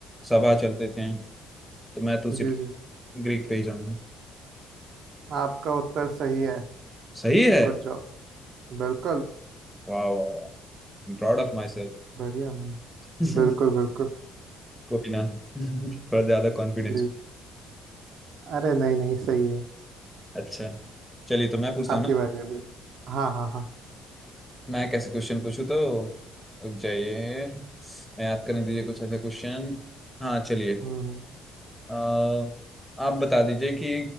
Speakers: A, in the centre; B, on the right.
A: सभा चलते थे तो मैं तो सिर्फ
B: जी जी
A: ग्रीक पे ही जाऊंगा
B: आपका उत्तर सही है
A: सही है
B: Good job बिल्कुल
A: वाह वाह प्राउड ऑफ माई सेल्फ
B: बढ़िया भाई
A: <laughs>
B: बिल्कुल बिल्कुल
A: कोई ना <laughs> थोड़ा ज्यादा कॉन्फिडेंस
B: जी अरे नहीं नहीं सही है
A: अच्छा चलिए तो मैं पूछता
B: आपकी
A: हूँ ना
B: बारी अभी हाँ हाँ हाँ
A: मैं कैसे क्वेश्चन पूछूँ तो रुक जाइए मैं याद करने दीजिए कुछ ऐसा क्वेश्चन हाँ चलिए
B: हम्म हम्म,
A: अ, आप बता दीजिए कि